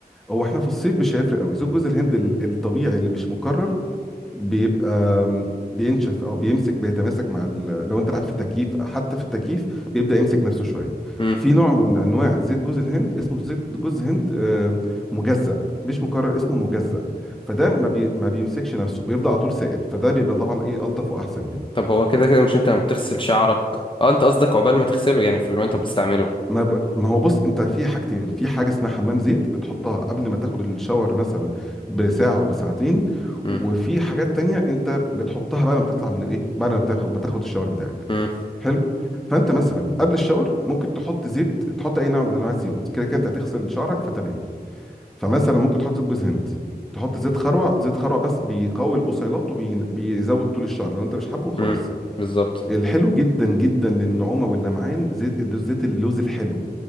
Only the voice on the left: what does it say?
امم
طب هو كده كده مش انت ما بتغسل شعرك اه انت قصدك عقبال ما تغسله يعني في اللي انت بتستعمله
امم
امم
امم بالظبط